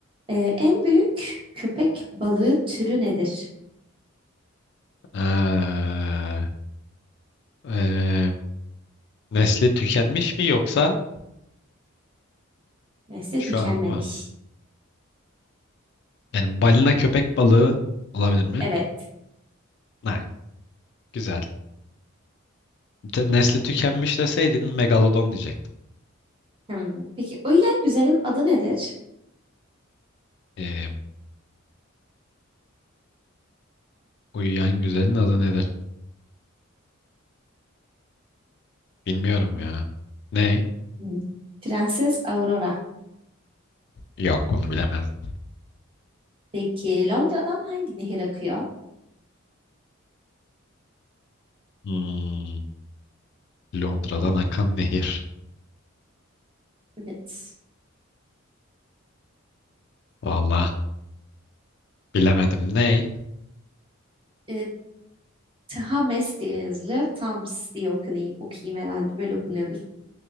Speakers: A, on the right; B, on the left.
A: Ee, en büyük köpek balığı türü nedir?
B: Ee, e, nesli tükenmiş mi yoksa
A: Nesli
B: şu
A: tükenmemiş.
B: an var mı? Yani balina köpek balığı olabilir mi?
A: Evet.
B: Hayır, güzel. Te- nesli tükenmiş deseydin megalodon diyecektim.
A: Hmm. Peki uyuyan güzelin adı nedir?
B: Ee, uyuyan güzelin adı nedir? Bilmiyorum ya. Ney?
A: Hmm. Prenses Aurora.
B: Yok, onu bilemezdim.
A: Peki Londra'dan hangi nehir akıyor?
B: Hmm, Londra'dan akan nehir.
A: Evet.
B: Vallahi. Bilemedim. Ney?
A: E, Thames diye yazılıyor. Thames diye okunuyor, okuyayım herhalde. Böyle okunuyordur.